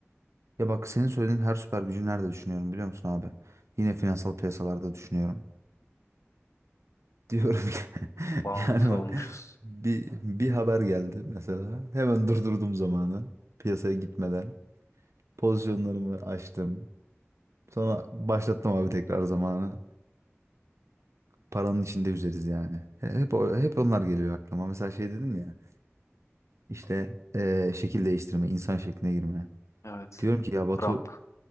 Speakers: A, on the right (about 80°); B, on the left (about 85°).
A: Ya bak senin söylediğin her süper gücü nerede düşünüyorum biliyor musun abi? Yine finansal piyasalarda düşünüyorum. Diyorum ki <laughs>
B: Bağımlısı
A: yani bak
B: olmuşuz.
A: bir, bir haber geldi mesela. Hemen durdurdum zamanı. Piyasaya gitmeden. Pozisyonlarımı açtım. Sonra başlattım abi tekrar zamanı. Paranın içinde üzeriz yani. He- Hep, o- hep onlar geliyor aklıma. Mesela şey dedim ya işte eee, şekil değiştirme, insan şekline girme.
B: Evet.
A: Diyorum ki ya Batu,
B: Trump.